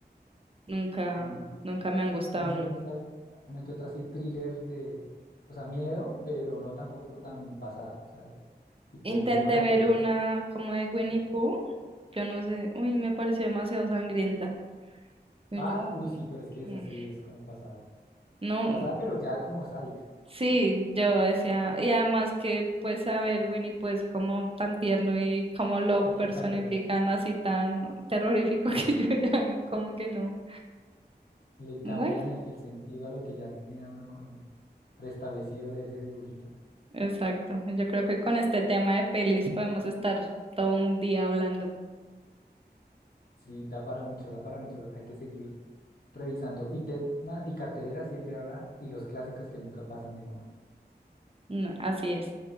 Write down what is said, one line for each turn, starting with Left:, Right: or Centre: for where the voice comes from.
Right: nunca,
Left: Mm,
Right: nunca me han gustado
Left: a mí sí
Right: nunca.
Left: me gusta una que otra así thriller de, o sea, miedo, pero no tampoco tan pasada, o sea, tipo
Right: Intenté
Left: Bruja de
Right: ver
Left: Blair
Right: una como de Winnie Pooh, yo no sé, uy, me pareció demasiado sangrienta. Y
Left: Ah,
Right: yo,
Left: uy, sí, pero es que
Right: mm,
Left: es así, es como pasada.
Right: no,
Left: Pasada, pero ya como sádica.
Right: Sí, yo decía, y además que pues a ver, Winnie, pues como tan tierno y como lo
Left: Eh,
Right: personifican
Left: Exacto.
Right: así tan terrorífico <laughs> que yo ya como que no.
Left: Le cambian
Right: Bueno,
Left: el, el sentido a lo que ya tenía uno como preestablecido de ese dibujito.
Right: exacto. Yo creo que con este tema de pelis podemos estar todo un día hablando.
Left: Sí, da para mucho, da para mucho. Hay que seguir revisando. Y tema y cartelera siempre habrá, y los clásicos que nunca pasan de moda.
Right: Mm, Así es.